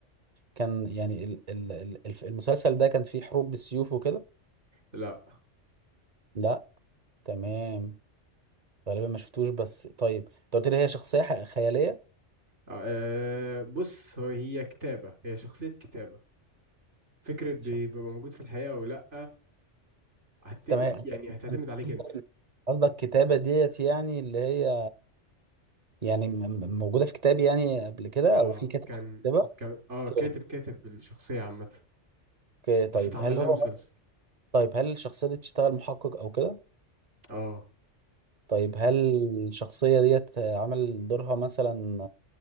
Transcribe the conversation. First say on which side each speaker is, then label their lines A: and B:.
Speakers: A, on the right; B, on the right.
A: كان يعني ال... ال... ال- الف- المسلسل ده كان فيه حروب بالسيوف وكده؟
B: لا
A: لا تمام غالبا ما شفتوش بس طيب انت قلت لي هي شخصية حق- خيالية
B: آه آه، بص هو هي كتابة هي شخصية كتابة فكرة بي-
A: شخ-
B: بيبقى موجود في الحقيقة أو لأ هت...
A: تمام
B: يعني هتعتمد
A: انت
B: عليك أنت
A: قصدك كتابة ديت يعني اللي هي يعني م- م- موجودة في كتاب يعني قبل كده
B: اه
A: أو في كتاب
B: كان
A: كتابة؟
B: كان اه
A: اوكي
B: كاتب كاتب الشخصية عامة
A: اوكي طيب
B: بس اتعمل
A: هل
B: لها
A: هو
B: مسلسل
A: طيب هل الشخصية دي بتشتغل محقق أو كده؟
B: اه
A: طيب هل الشخصية ديت عمل دورها مثلا